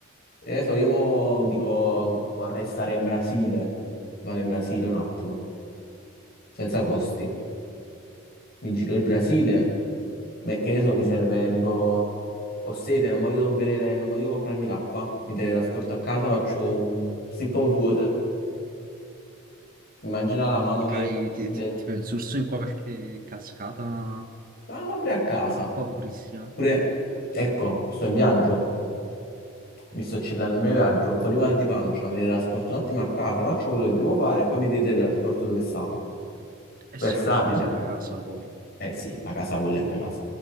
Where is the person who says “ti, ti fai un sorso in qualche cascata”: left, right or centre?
Right